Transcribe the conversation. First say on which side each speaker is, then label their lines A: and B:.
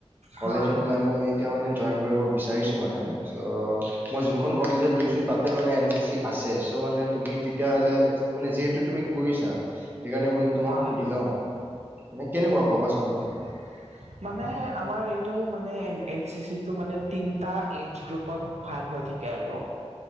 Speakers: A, on the right; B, on the right.
A: কলেজত
B: হয়
A: <unintelligible>
B: হয়
A: মই এতিয়া মানে জইন কৰিব বিচাৰিছোঁ মানে, চৌ মই যোনখন কলেজত লৈছোঁ তাতে মানে এন চি চি আছে চ' মানে তুমি তেতিয়াহ'লে মানে যিহেতু তুমি কৰিছাঁ। সেইকাৰণে বোলো তোমাক
B: হয়
A: সুধি লওঁ মানে কেনেকুৱা ক'বাচোন অলপ।
B: <unintelligible> মানে আমাৰ এইটো মানে এন চি চিটো মানে তিনিটা এজ গ্ৰুপত ভাগ হৈ থাকে আৰু